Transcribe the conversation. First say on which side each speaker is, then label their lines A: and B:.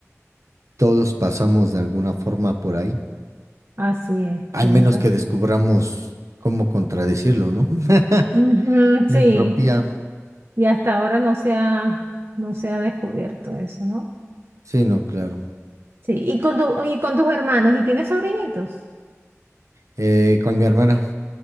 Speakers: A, on the right; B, on the right.
A: todos pasamos de alguna forma por ahí,
B: Así es,
A: al
B: tienes
A: menos
B: razón.
A: que descubramos cómo contradecirlo, ¿no? <laughs>
B: Ujú,
A: La
B: sí,
A: entropía.
B: y hasta ahora no se ha, no se ha descubierto eso, ¿no?
A: Sí, no, claro.
B: Sí, y con tu, y con tus hermanos, ¿y tienes sobrinitos?
A: Eh, con mi hermana,